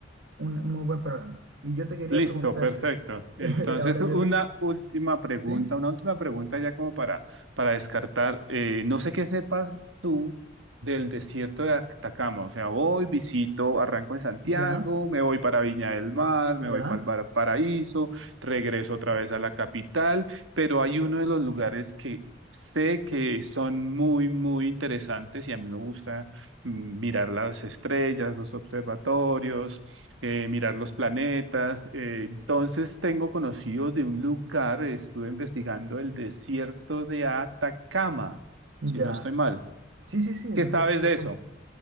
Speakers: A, on the right; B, on the right.
A: un muy buen programa. Y yo te quería
B: Listo,
A: preguntar,
B: perfecto.
A: <laughs> eh,
B: Entonces,
A: ahora
B: una
A: yo te...
B: última pregunta,
A: ¿Sí?
B: una última pregunta ya como para, para descartar. Eh, no sé qué sepas tú del desierto de Atacama. O sea, voy, visito, arranco en Santiago,
A: ¿Ya?
B: me voy para Viña del Mar, me
A: ¿Ya?
B: voy para Paraíso, regreso otra vez a la capital, pero hay uno de los lugares que sé que son muy, muy interesantes y a mí me gusta mm, mirar las estrellas, los observatorios eh, mirar los planetas. eh, entonces tengo conocido de un lugar, eh, estuve investigando el desierto de Atacama,
A: ¿Ya?
B: si no estoy mal.
A: Sí, sí, sí, es
B: ¿Qué
A: un
B: sabes
A: cierto, Atacama.
B: de eso?